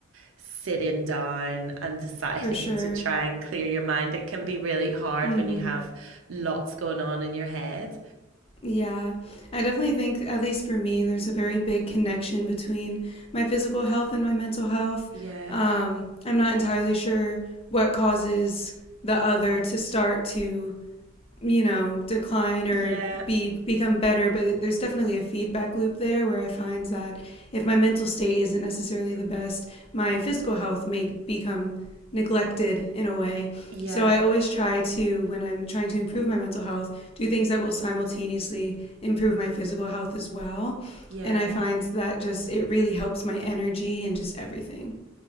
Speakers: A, on the right (about 80°); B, on the left (about 30°).
A: sitting down and deciding
B: For sure.
A: <laughs> to try and clear your mind. It can be really hard
B: Mm-hmm.
A: when you have lots going on in your head.
B: Yeah, I definitely think, at least for me, there's a very big connection between my physical health and my mental health.
A: Yeah,
B: Um, I'm not entirely sure what causes the other to start to you know, decline or
A: yeah,
B: be become better, but there's definitely a feedback loop there where I find that if my mental state isn't necessarily the best, my physical health may become neglected in a way.
A: yeah,
B: So I always try to when I'm trying to improve my mental health, do things that will simultaneously improve my physical health as well.
A: yeah.
B: And I find that just it really helps my energy and just everything.